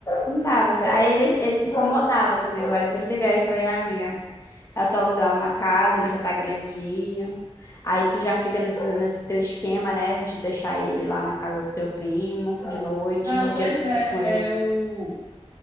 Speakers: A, on the left; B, on the right.
A: não dava certo. Aí ele, ele se incomodava também, eu, aí eu percebi, aí eu falei, ah, amiga, é tu alugar uma casa, ele já tá grandinho, aí tu já fica nesse, nesse teu esquema, né, de deixar ele lá na casa do teu primo, de noite,
B: Não,
A: de
B: pois
A: dia tu fica
B: é,
A: com ele.
B: é o...